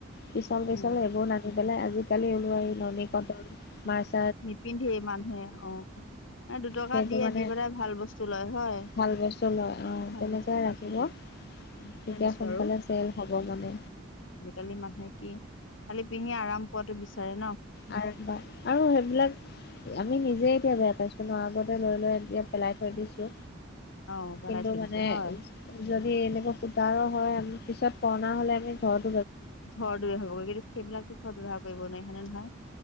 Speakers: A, on the left; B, on the left.
A: পিছল পিছল
B: উম
A: এইবোৰ নানি পেলাই আজিকালি ওল ননী কটন মাছ
B: নিপিন্ধিয়ে মানুহে, অ'। ন দুটকা
A: সেইটো
B: দিয়ে
A: মানে
B: দি পেলাই ভাল বস্তু লয় হয়,
A: ভাল বস্তু লয় অ
B: ভাল
A: তেনেকুৱাই
B: বস্তু লয়
A: ৰাখিব
B: সেইটোৱে। তেনেকে
A: তেতিয়া
B: আনিছো
A: সোনকালে
B: আৰু
A: চেল হ'ব মানে
B: আজিকালি মানুহে কি খালি পিন্ধি আৰাম পোৱাতো বিচাৰে ন'।
A: আৰুবাৰ আৰু সেইবিলাক আমি নিজে এতিয়া বেয়া পাইছো ন' আগতে লৈ লৈ এতিয়া পেলাই থৈ দিছো।
B: অ পেলাই
A: কিন্তু
B: থৈ
A: মানে
B: দিছো হয়
A: যদি এনেকা সূতাৰ হয়, পিছত পুৰণা হ'লে আমি ঘৰত
B: ৰ দৰি হব <unintelligible> গ কি সেইবিলাকতো ঘৰত ব্যৱহাৰ কৰিব নোৱাৰি হয়নে নহয়